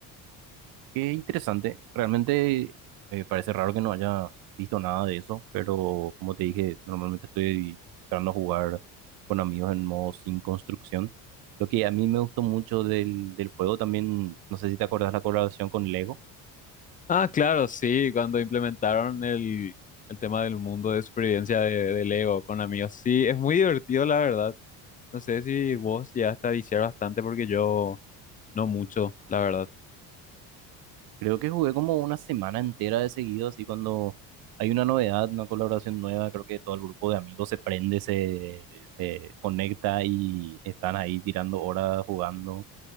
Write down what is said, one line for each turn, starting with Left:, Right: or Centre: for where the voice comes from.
Right: Qué interesante. Realmente eh, parece raro que no haya visto nada de eso, pero como te dije, normalmente estoy tratando de jugar con amigos en modo sin construcción. Lo que a mí me gustó mucho del, del juego también, no sé si te acordás la colaboración con Lego.
Left: Ah, claro, sí, cuando implementaron el, el tema del mundo de supervivencia de, de Lego con amigos, sí, es muy divertido, la verdad. No sé si vos ya a viciar bastante porque yo no mucho, la verdad.
Right: Creo que jugué como una semana entera de seguido, así cuando hay una novedad, una colaboración nueva, creo que todo el grupo de amigos se prende, se, se conecta y están ahí tirando horas jugando.